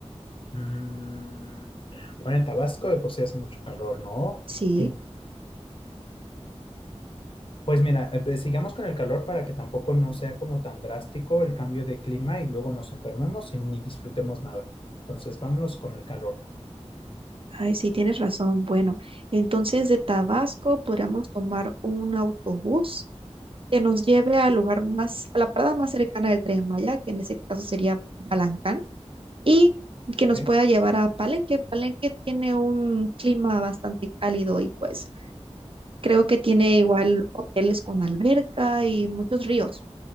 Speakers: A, on the left; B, on the right.
A: Mm, Bueno, en Tabasco de por sí hace mucho calor, ¿no?
B: Sí,
A: Eh, Pues mira, eh, ve- sigamos con el calor para que tampoco no sea como tan drástico el cambio de clima y luego nos enfermemos y ni disfrutemos nada. Entonces, vámonos con el calor.
B: ay, sí, tienes razón. Bueno, entonces de Tabasco podríamos tomar un autobús que nos lleve al lugar más, a la parada más cercana del Tren Maya, que en ese caso sería Balancán. y que nos
A: ¿ok?
B: pueda llevar a Palenque. Palenque tiene un clima bastante cálido y pues creo que tiene igual hoteles con alberca y muchos ríos